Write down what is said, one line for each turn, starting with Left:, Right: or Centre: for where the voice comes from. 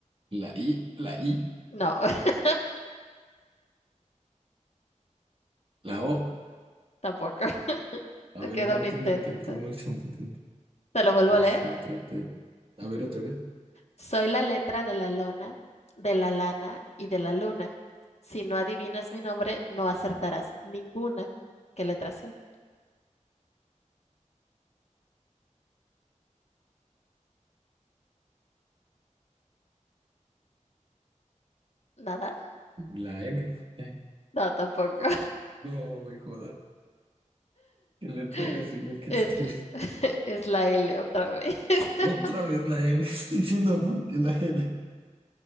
Right: la I, la I,
Left: No, <laughs>
Right: la O.
Left: tampoco. <laughs>
Right: A
Left: Te
Right: ver,
Left: queda
Right: un último
Left: un intento.
Right: intento, un último intento.
Left: ¿Te lo vuelvo a leer?
Right: Céntrate. A ver otra vez.
Left: Soy la letra de la lona, de la lana y de la luna. Si no adivinas mi nombre, no acertarás ninguna. ¿Qué letra soy? ¿Nada?
Right: La M. Eh,
Left: No, tampoco.
Right: No, güey, joda. ¿Qué letra
Left: <laughs>
Right: es? Dime qué
Left: Es,
Right: letra es.
Left: <laughs> es la L otra vez. <laughs>
Right: Otra vez la L. <laughs> No Entiendo por qué la L.